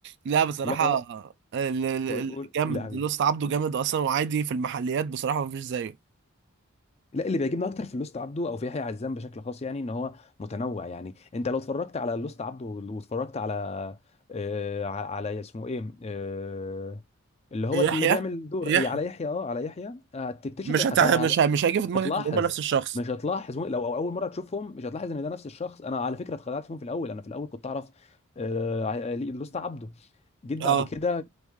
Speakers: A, on the right; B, on the left.
A: لا بصراحه
B: لا
A: ال- ال-
B: قول
A: ال-
B: قول
A: جامد
B: قول يا حبيبي
A: لوست عبده جامد اصلا وعايدي في المحليات بصراحه ما فيش زيه
B: لا اللي بيعجبني اكتر في اللوست عبده او في يحيى عزام بشكل خاص يعني ان هو متنوع يعني انت لو اتفرجت على اللوست عبده واتفرجت على آه ع- على اسمه ايه آه اللي هو
A: يحيى
B: اللي بيعمل دور
A: يحيى
B: على يحيى اه على يحيى هتكتشف
A: مش
B: هت-
A: هتع...
B: هت-
A: مش ه... مش هيجي في
B: مش
A: دماغك
B: هتلاحظ
A: ان هم نفس الشخص
B: مش هتلاحظ لو أو اول مره تشوفهم مش هتلاحظ ان ده نفس الشخص انا على فكره اتخدعت فيهم في الاول انا في الاول كنت اعرف آه ع- لوست عبده جيت
A: اه
B: بعد كده